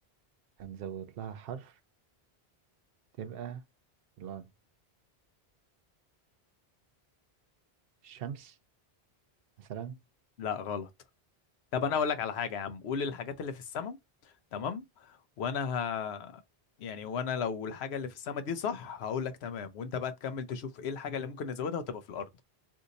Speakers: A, on the right; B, on the left.
A: هنزود لها حرف تبقى الأرض الشمس مثلا
B: لا غلط طب انا اقول لك على حاجه يا عم قول الحاجات اللي في السماء تمام وانا ه... يعني وانا لو الحاجه اللي في السماء دي صح هقول لك تمام وانت بقى تكمل تشوف ايه الحاجه اللي ممكن نزودها وتبقى في الارض